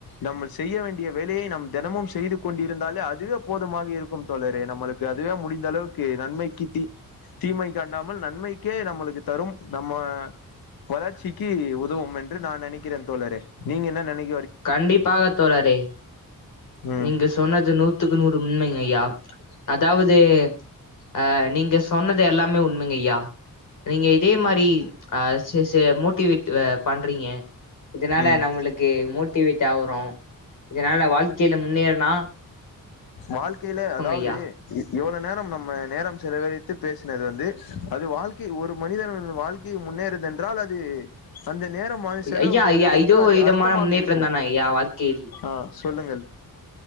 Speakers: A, on the left; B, on the left.
A: நம்ம செய்ய வேண்டிய வேலையை நம் தினமும் செய்து கொண்டிருந்தாலே அதுவே போதுமாக இருக்கும் தோழரே நம்மளுக்கு அதுவே முடிந்த அளவுக்கு நன்மைக்கி தீ தீமைக் காண்டாமல் நன்மைக்கே நம்மளுக்கு தரும் நம்ம வளர்ச்சிக்கு உதவும் என்று நான் நெனைக்கிறேன் தோழரே நீங்க என்ன நெனைக்
B: கண்டிப்பாக தோழரே
A: ம்
B: நீங்க ஸ் சொன்னது நூத்துக்கு நூறு உண்மைங்க ஐயா அதாவது ஆ நீங்க சொன்னது எல்லாமே உண்மைங்க ஐயா நீங்க இதே மாரி அஹ சே சே மோட்டிவேட் அ பண்றீங்க இதனால
A: ம்
B: நம்மளுக்கு மோட் மோட்டிவேட் ஆவுறோம் இதனால வாழ்க்கையில முன்னேறுனா
A: வாழ்கையிலே அதாவது
B: ஐயா
A: இவள நேரம் நம்ம நேரம் செலவழித்து பேசினது வந்து அது வாழ்க்கை ஒரு மனிதருடன் வாழ்க்கையை முன்னேறுது என்றால் அது அந்த நேரமாய் செலவு
B: ஐயா
A: செய்ததுக்கு
B: ஐயா இதோ
A: அது
B: ஒரு விதமான
A: அர்த்தமாக
B: முன்னேற்றம்
A: இருக்கும்
B: தான ஐயா வாழ்க்கையில்
A: ஆ சொல்லுங்கள்